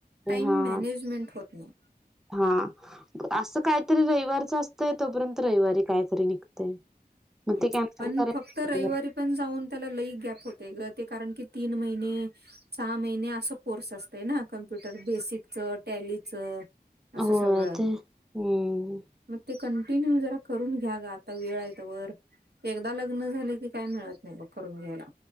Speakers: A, on the right; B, in the centre.
A: टाईम
B: हा
A: मॅनेजमेंट होत नाही.
B: हा असं काहीतरी रविवारच असतंय, तोपर्यंत रविवारी कायतरी निघतय. मग
A: हम्म
B: ते कॅन्सल
A: पण
B: करायच
A: फक्त रविवारी पण जाऊन त्याला लई गॅप होते, ते कारण की तीन महिने सहा महिने असं, कोर्स असतय ना! कम्प्युटर बेसिकच टॅलीचं असं
B: हो
A: सगळं
B: ते, हम्म
A: मग ते कंटिन्यू जरा करून घ्या ग, आता वेळ आहे तवर एकदा लग्न झाले की, काय मिळत नाही? मग करून घ्यायला.